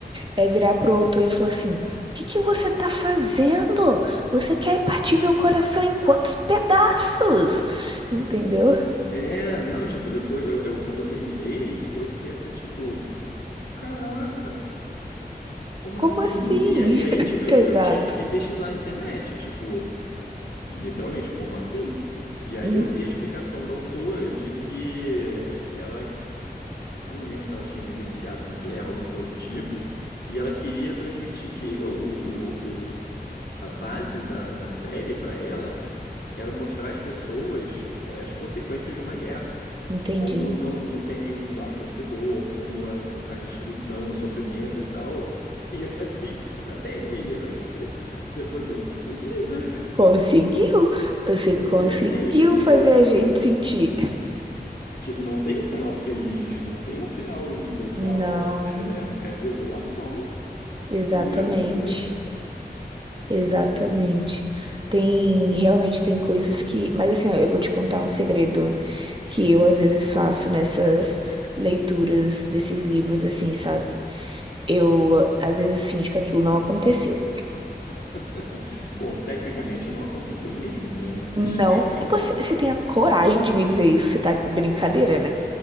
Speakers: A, on the right (about 30°); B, on the left (about 75°).
A: É, é virar pro autor e falar assim: O que que você tá fazendo? Você quer partir meu coração em quantos pedaços? Entendeu?
B: É, não, tipo, depois, eu, eu- quando eu terminei, eu fiquei assim, tipo, caraca, como
A: Como
B: assim?
A: assim?
B: E, a- e
A: <laughs>
B: aí, tipo, eu,
A: Exato.
B: eu tive que pesquisar na internet, tipo, Literalmente, como assim? E aí
A: Hum,
B: eu vi a explicação da autora de que ela, eu não lembro se ela tinha vivenciado uma guerra, alguma coisa do tipo, e ela queria transmitir que o, o, o- o- a base da, da série para ela era mostrar às pessoas eh, as consequências de uma guerra.
A: Entendi.
B: Como não, não tem nenhum lado vencedor, como ela só traz destruição, sofrimento e tal. <laughs> E é assim, parabéns, menina, você, você foi bem sucedida.
A: Conseguiu? Você
B: Porque
A: conseguiu
B: assim, a gente
A: fazer
B: ter,
A: a gente sentir.
B: tipo, não tem um final feliz, não tem um final legal.
A: Não,
B: É, é, é desolação
A: exatamente.
B: pura, sabe? É.
A: Exatamente. Tem, realmente tem coisas que, mas assim, ó, eu vou te contar um segredo que eu às vezes faço nessas leituras desses livros assim, sabe? Eu às vezes finjo que aquilo não aconteceu.
B: <laughs> Bom, tecnicamente não aconteceu mesmo, né? Mas
A: Não,
B: <laughs>
A: você, você tem a coragem de me dizer isso? Você tá de brincadeira, né?